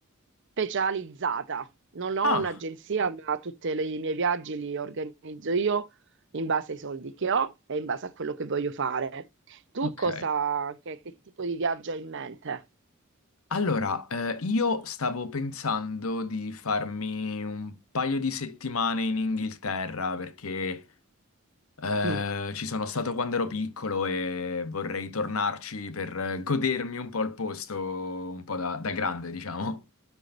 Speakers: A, on the right; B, on the left.
A: specializzata. Non ho
B: Ah,
A: un'agenzia, ma tutti i miei viaggi li organizzo io in base ai soldi che ho e in base a quello che voglio fare. Tu
B: ok.
A: cosa, che, che tipo di viaggio hai in mente?
B: Allora, eh, io stavo pensando di farmi un paio di settimane in Inghilterra perché eh,
A: Mm,
B: ci sono stato quando ero piccolo e vorrei tornarci per eh, godermi un po' il posto, un po' da da grande, diciamo.